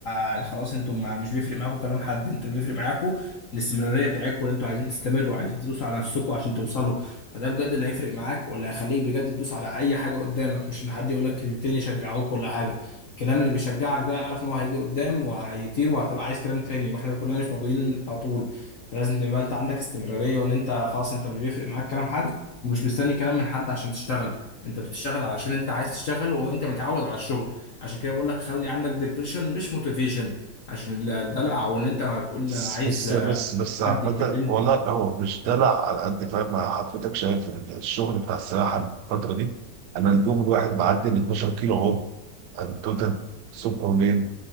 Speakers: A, on the left (about 60°); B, on the right (about 75°).
A: يعني خلاص انتوا ما... مش بيفرق معاكم كلام حد انتوا بيفرق معاكم الاستمراريه بتاعتكم اللي انتوا عايزين تستمروا عايزين تدوسوا على نفسكم عشان توصلوا فده بجد اللي هيفرق معاك واللي هيخليك بجد تدوس على اي حاجه قدامك مش ان حد يقول لك كلمتين يشجعوك ولا حاجه الكلام اللي بيشجعك ده اعرف ان هو هيجي قدام وهيطير وهتبقى عايز كلام تاني واحنا كلنا مش موجودين على طول فلازم يبقى انت عندك استمرارية وان انت خلاص انت مش بيفرق معاك كلام حد ومش مستني كلام من حد عشان تشتغل انت بتشتغل علشان انت عايز تشتغل وانت متعود على الشغل عشان كده بقول لك خلي عندك ديبريشن مش موتيفيشن عشان الدلع وان انت ما بتقول
B: بس
A: انا عايز
B: بس بس بس عامة
A: حد يكلمني
B: والله هو مش دلع على قد فاهم مع حضرتك شايف الشغل بتاع السباحه الفتره دي انا اليوم الواحد بعدي ال 12 كيلو عوم يعني توتال الصبح وليل